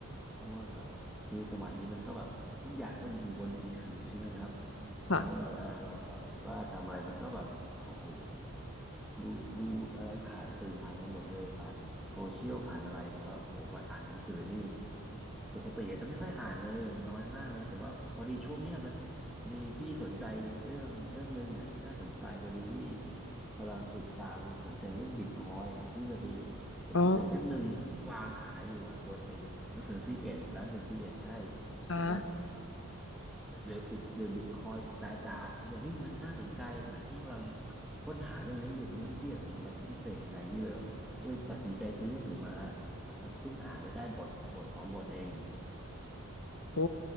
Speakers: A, in the centre; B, on the left.
A: เพราะว่าแบบคือสมัยนี้มันก็แบบทุกอย่างก็อยู่บนมือถือใช่ไหมครับ
B: ค่ะ
A: แล้วเวลาเราแบบว่าทำอะไรมันก็แบบโอ้โหดูดูอะไรผ่านสื่อผ่านอะไรหมดเลยผ่านโซเชียลผ่านอะไรแต่ว่าโอ้โหมาอ่านหนังสือนี่ ปกติอาจจะไม่ค่อยอ่านเลยน้อยมากเลยแต่ว่าพอดีช่วงเนี้ยพอพอดีพี่สนใจเรื่องเรื่องหนึ่งอ่ะที่น่าสนใจพอดีพี่กำลังติดตามสนใจเรื่องบิตคอยพี่เลยไปเห็นหนังสือเล่มหนึ่งที่วางขายอยู่อ่ะบนไอ้หนังสือซีเอ็ดร้านหนังสือซีเอ็ดใช่
B: อ๋อค่ะ
A: เขียนว่า The Bit The Bitcoin Standard พี่เลยเฮ้ยมันน่าสนใจเหมือนพี่กำลังค้นหาเรื่องนี้อยู่เป็นเรื่องที่พี่สนใจเป็นพิเศษไงพี่เลยเลยตัดสินใจซื้อหนังสือมาแล้วก็เพิ่งอ่านไปได้บทบทสองบทเอง
B: โอ้